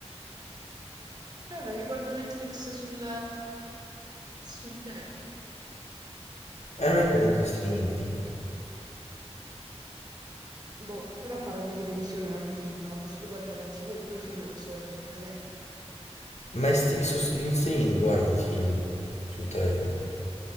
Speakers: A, on the right (about 35°); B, on the left (about 75°).
A: Eh, vabbè, mi guardo Netflix sul, sul telefono.
B: E non è comunque streaming, tipo.
A: Boh, però parlo di televisione, non di film. Non posso più guardare la TV, però i film li posso guardare sul telefono.
B: Ma è stre- su- in streaming guardi i film sul telefono.